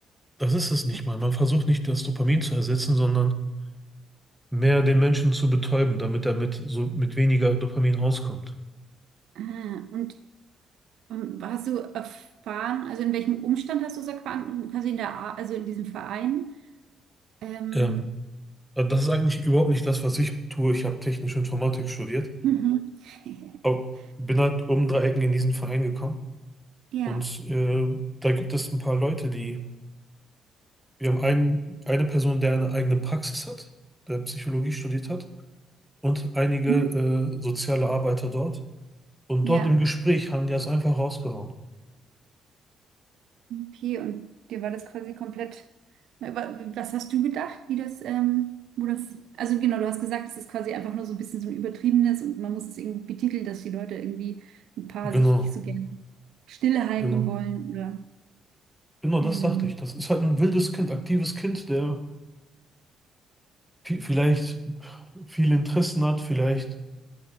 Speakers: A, in the centre; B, on the right (about 70°).
A: Das ist es nicht
B: das,
A: mal. Man versucht nicht, das Dopamin zu ersetzen, sondern mehr den Menschen zu betäuben, damit er mit, so, mit weniger Dopamin auskommt.
B: ah, und Und hast du erfahren, also in welchem Umstand hast du es erfahren? Quasi in der, Ar- also in diesem Verein? Ähm,
A: Ähm, also das ist eigentlich überhaupt nicht das, was ich tue. Ich habe technische Informatik studiert,
B: mhm. <laughs>
A: aber bin halt um drei Ecken in diesen Verein gekommen.
B: Ja,
A: Und äh, da gibt es ein paar Leute, die, wir haben einen, eine Person, der eine eigene Praxis hat, der Psychologie studiert hat, und einige
B: Hm.
A: äh, soziale Arbeiter dort. Und
B: ja,
A: dort im Gespräch haben die das einfach rausgehauen.
B: okay. Und dir war das quasi komplett. Aber Was hast du gedacht, wie das, ähm, wo das, also genau, du hast gesagt, es ist quasi einfach nur so ein bisschen so ein übertriebenes und man muss es irgendwie betiteln, dass die Leute irgendwie ein paar
A: Genau,
B: sich nicht so gerne stille halten
A: genau.
B: wollen oder,
A: Genau, das
B: ähm,
A: dachte ich. Das ist halt ein wildes Kind, aktives Kind, der vi- vielleicht viele Interessen hat, vielleicht